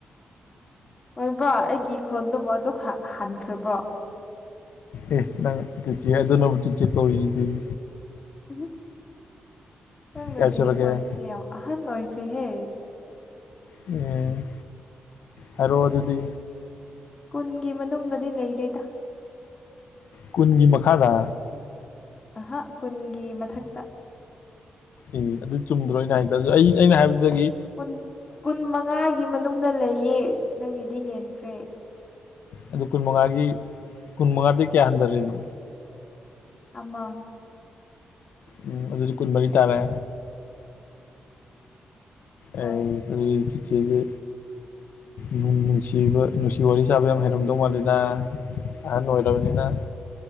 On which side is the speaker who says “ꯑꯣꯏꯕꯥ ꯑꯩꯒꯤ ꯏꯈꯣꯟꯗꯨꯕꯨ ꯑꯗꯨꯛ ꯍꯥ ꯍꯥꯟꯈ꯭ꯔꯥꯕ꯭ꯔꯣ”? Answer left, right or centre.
Left